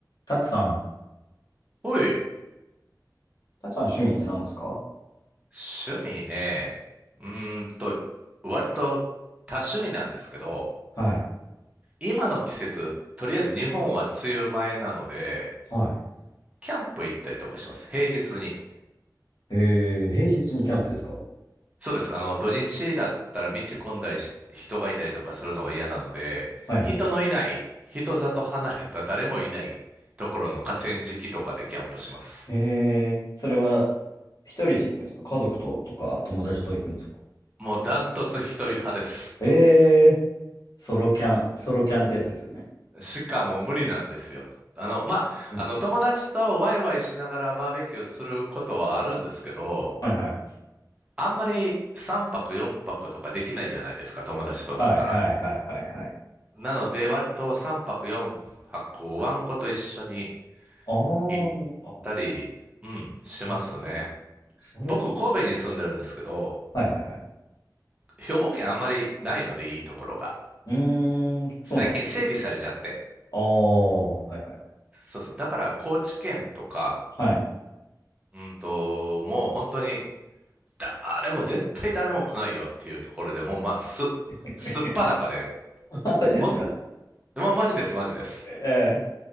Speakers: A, on the left; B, on the right.
A: たくさん。
B: おい、
A: たくさん趣味って何ですか
B: 趣味ね。うーんと、割と多趣味なんですけど、
A: はい。
B: 今の季節、とりあえず日本は梅雨前なので、
A: は
B: キャンプ行ったりとかします。平日に。
A: い。えー、平日にキャンプですか
B: そうです。あの、土日だったら道混んだりし、人がいたりとかするのが嫌なので、
A: はいはいは
B: 人のいない、人里離れた誰もいないところの河川敷とかでキャンプします。
A: い。えー、それは一人で行くんですか家族ととか友達と行くんですか
B: もうダントツ一人派です。
A: えー、ソロキャン、ソロキャンってやつですよね。
B: しかもう無理なんですよ。あの、まあ、
A: 無理。
B: あの、友達とワイワイしながらバーベキューすることはあるんですけど、
A: はいはい。
B: あんまり3泊4泊とかできないじゃないですか、友達とだったら。
A: はいはいはいはいはい。
B: なので、割と3泊4泊をワンコと一緒に
A: あー、
B: 行っ
A: な
B: たり、うん、しますね。
A: るほど、なるほど。ソロ、
B: 僕、神戸に住んでるんですけど、
A: はいはいはい。
B: 兵庫県あんまりないのでいいところが。
A: うーん、
B: 最近整備されちゃって。
A: そうなんですか。あー、はいはい
B: そうそう。だから、高知県とか、
A: はい。はい
B: うんと、もう本当に、誰も、絶対誰も来ないよっていうところでもう、まあ、す、
A: <laughs>
B: すっぱだかで、
A: マジですか。
B: ほん、
A: <laughs> は
B: まあ、マジです、マジです。
A: い。え